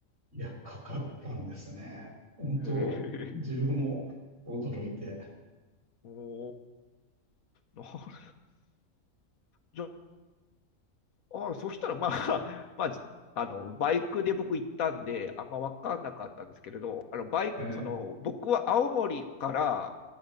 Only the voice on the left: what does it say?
へ
え。おーなるじゃあ、あそしたらまあ、<laughs> まあ、じあの、バイクで僕行ったんで、あんま分かんなかったんですけれど、あの、バイク、
その、僕は青森から、